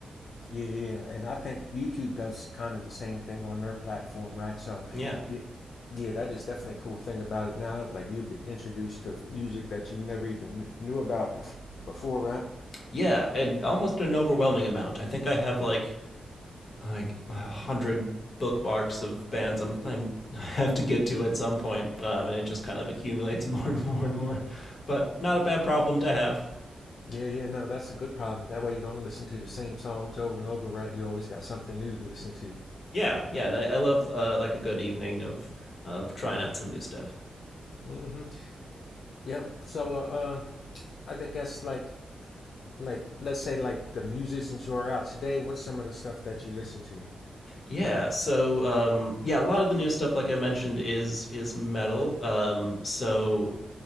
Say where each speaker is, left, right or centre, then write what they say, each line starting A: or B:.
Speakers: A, on the left; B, on the left.
A: Yeah, yeah. yeah. And I think YouTube does kind of the same thing on their platform, right? So,
B: Yeah.
A: yeah, yeah, that is definitely a cool thing about it now. Like you be introduced to music that you never even kn- knew about bef before, right?
B: Yeah, and almost an overwhelming amount. I think I have like like a hundred bookmarks of bands I'm, I'm I have to get to at some point, um, and it just kind of accumulates <laughs> more and more and more. But not a bad problem to have.
A: Yeah, yeah, no, that's a good problem. That way you don't listen to the same songs over and over, right? You always got something new to listen to.
B: Yeah, yeah, and I, I love uh, like a good evening of of trying out some new stuff.
A: hmm Yeah. So, uh, uh, I think that's like, like, let's say like the musicians who are out today, what's some of the stuff that you listen to?
B: Yeah, so um, yeah, a lot of the new stuff, like I mentioned, is is metal. Um, so